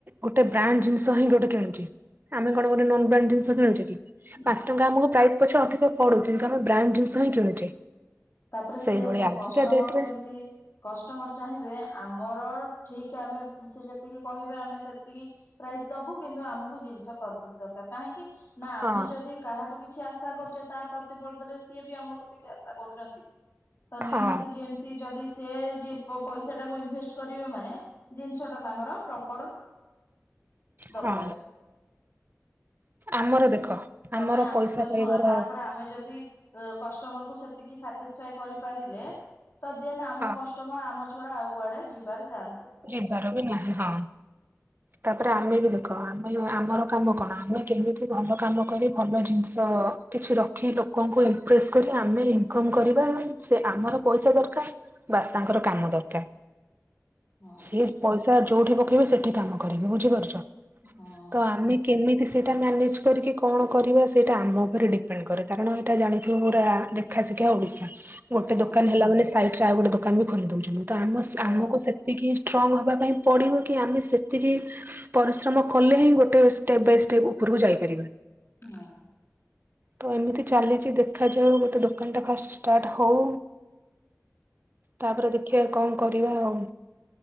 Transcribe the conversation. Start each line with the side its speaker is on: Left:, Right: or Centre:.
Right: ଗୋଟେ ବ୍ରାଣ୍ଡ ଜିନିଷ ହିଁ ଗୋଟେ କିଣୁଛେ ଆମେ କଣ ଗୋଟେ ନନ୍ ବ୍ରାଣ୍ଡ ଜିନିଷ କିଣୁଛେ କି? ପାଞ୍ଚ
Left: ନା
Right: ଟଙ୍କା ଆମକୁ ପ୍ରାଇସ୍ ପଛେ ଅଧିକ ପଡୁ କିନ୍ତୁ ଆମେ ବ୍ରାଣ୍ଡ ଜିନିଷ ହିଁ କିଣୁଛେ।
Left: ତାପରେ
Right: ସେଇଭଳି
Left: ସେ ଶୁଣ
Right: ଆଜିକା
Left: କଷ୍ଟମର
Right: ଡେଟରେ
Left: କେମତି କଷ୍ଟମର ଚାହିଁବେ ଆମର ଠିକ ଆମେ ସେ ଯେତିକି କହିବେ ଆମେ ସେତିକି ପ୍ରାଇସ୍ ଦବୁ କିନ୍ତୁ ଆମକୁ ଜିନିଷ ପରଫେକ୍ଟ ଦରକାର। କାହିଁକି? ନା ଆମେ
Right: ହଁ
Left: ଯଦି କାହାଠୁ କିଛି ଆଶା କରୁଛେ ତା ପ୍ରତିବର୍ଧରେ ସିଏ ବି ଆମଠୁ କିଛି ଆଶା କରୁଛନ୍ତି। ତ
Right: ହଁ
Left: ନିହାତି ଯେମତି ଯଦି ସେ ଯି ପ-ପଇସା ଟାକୁ ଇନଭେଷ୍ଟ କରିବେ ମାନେ ଜିନିଷ ଟା ତାଙ୍କର ପ୍ରପର ଦରକାର।
Right: ହଁ ଆମର ଦେଖ।
Left: ତମେ
Right: ଆମର
Left: ଆ
Right: ପଇସା ପାଇବାର
Left: ଶୁଣ ତାପରେ ଆମେ ଯଦି ଅ କଷ୍ଟମର କୁ ସେତିକି ସାଟିଷଫାଏ କରିପାରିଲେ ତ ଦେନ୍ ଆମ
Right: ହଁ
Left: କଷ୍ଟମର ଆମ ଛଡା ଆଉ କୁଆଡେ ଯିବାର ଚା
Right: ଯିବାର ବି ନାହିଁ ହଁ ତାପରେ ଆମେ ବି ଖ ଆମେ ଆମର କାମ କଣ ଆମେ କେମିତି ଭଲ କାମ କରି ଭଲ ଜିନିଷ କିଛି ରଖିଲୁ। ଲୋକଙ୍କୁ ଇମ୍ପ୍ରେସ କରି ଆମେ ଇନକମ କରିବା ସେ ଆମର ପଇସା ଦରକାର ବାସ୍ ତାଙ୍କର କାମ ଦରକାର
Left: ହଁ
Right: ସିଏ ପଇସା ଯୋଉଠି ପକେଇବେ ସେଠି କାମ କରିବେ ବୁଝିପାରୁଛ।
Left: ହଁ
Right: ତ ଆମେ କେମିତି ସେ ଟା ମ୍ୟାନେଜ କରିକି କଣ କରିବା ସେଇଟା ଆମ ଉପରେ ଡିପେଣ୍ଡ କରେ କାରଣ ଏଇଟା ଜାଣିଥିବ ପୁରା ଦେଖା ଶିଖା ଓଡିଶା ଗୋଟେ
Left: ହଁ
Right: ଦୋକାନ ହେଲା ମାନେ ସାଇଟରେ ଆଉ ଗୋଟେ ଦୋକାନ ବି ଖୋଲି ଦଉଛନ୍ତି ତ ଆମ
Left: ନିହାତି
Right: ଆମକୁ ସେ ଷ୍ଟ୍ରଙ୍ଗ୍ ହେବା ପାଇଁ ପଡ଼ିବ କି ଆମେ ସେତିକି ପରିଶ୍ରମ କଲେ ହିଁ ଗୋଟେ ଷ୍ଟେପ୍ ବାଇ ଷ୍ଟେପ୍ ଉପ କୁ ଯାଇପାରିବା।
Left: ହଁ।
Right: ତ ଏମିତି ଚାଲିଛି ଦେଖାଯାଉ ଗୋଟେ ଦୋକାନଟା ଫାଷ୍ଟ ଷ୍ଟାର୍ଟ ହଉ। ତାପରେ ଦେଖିବା କଣ କରିବା ଆଉ?